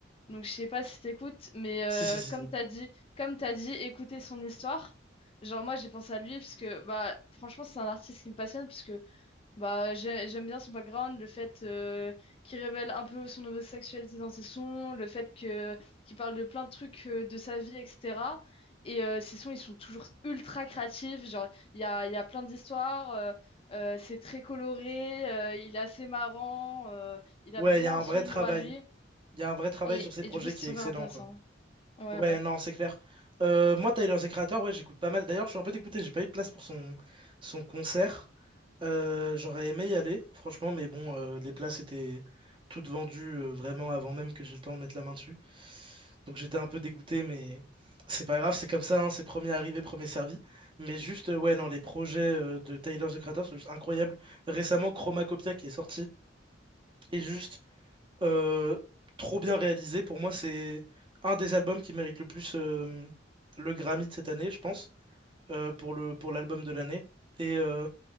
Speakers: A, on the left; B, on the right.
A: je sais pas si t'écoutes, mais euh,
B: Si, si, si,
A: comme
B: si.
A: t'as dit, comme t'as dit, écouter son histoire. Genre moi j'ai pensé à lui parce que bah franchement c'est un artiste qui me passionne parce que bah, j'ai- j'aime bien son background, le fait euh, qu'il révèle un peu son homosexualité dans ses sons, le fait que qu'il parle de plein de trucs euh, de sa vie, etc. Et euh, ses sons, ils sont toujours ultra créatifs. Genre, il y a, il y a plein d'histoires, euh, euh, c'est très coloré, euh, il est assez marrant, euh, il
B: Ouais,
A: a vraiment
B: il y a un
A: son
B: vrai
A: humour
B: travail.
A: à lui.
B: Il y a un vrai travail
A: Et,
B: sur ces
A: et
B: projets
A: du coup, c'est
B: qui
A: super
B: est excellent,
A: intéressant.
B: quoi.
A: Ouais,
B: Ouais,
A: ouais.
B: non, c'est clair. Euh, moi, Tyler, the Creator, ouais, j'écoute pas mal. D'ailleurs, je suis un peu dégoûté, j'ai pas eu de place pour son, son concert. Euh, j'aurais aimé y aller, franchement, mais bon, euh, les places étaient toutes vendues euh, vraiment avant même que j'ai le temps de mettre la main dessus. Donc j'étais un peu dégoûté, mais c'est pas grave, c'est comme ça, hein, c'est premier arrivé, premier servi. Mais juste, euh, ouais, non, les projets euh, de Tyler, the Creator sont juste incroyables. Récemment, Chromacopia qui est sorti est juste euh, trop bien réalisé. Pour moi, c'est un des albums qui mérite le plus euh, le Grammy de cette année, je pense, euh, pour le, pour l'album de l'année. Et euh,